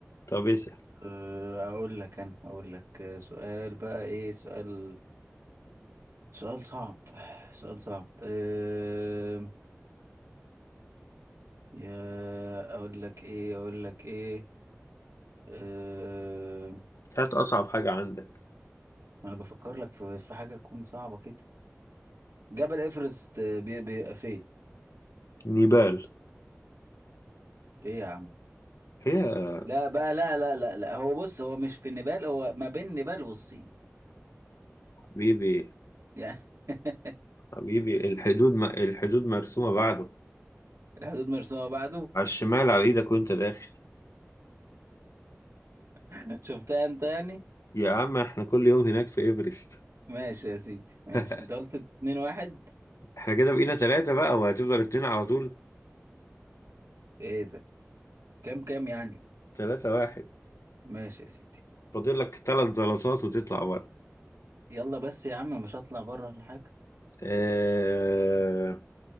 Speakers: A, on the left (about 80°); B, on the right (about 75°).
A: طب اسأل
B: أه، اقول لك انا اقول لك أه، سؤال بقى ايه سؤال سؤال صعب سؤال صعب أه، يا اقول لك ايه اقول لك ايه أه،
A: هات أصعب حاجة عندك
B: ما انا بفكر لك في في حاجة تكون صعبة كده جبل ايفرست أه، بي- بيبقى فين
A: نيبال
B: ايه يا عم
A: يا
B: لا بقى لا لا لا لا هو بص هو مش في النيبال هو ما بين نيبال والصين
A: حبيبي
B: يعني <laughs>
A: حبيبي الحدود م... الحدود مرسومة بعده
B: الحدود مرسومة بعده
A: على الشمال على ايدك وانت داخل
B: <laughs> شفتها انت يعني
A: يا عم احنا كل يوم هناك في ايفرست
B: ماشي يا سيدي ماشي
A: <laughs>
B: انت قلت اتنين واحد
A: احنا كده بقينا ثلاثة بقى وهتفضل اتنين على طول
B: ايه ده كام كام يعني
A: ثلاثة واحد
B: ماشي يا سيدي
A: فاضل لك ثلاث زلطات وتطلع بره
B: يلا بس يا عم مش هطلع بره ولا حاجة
A: آه،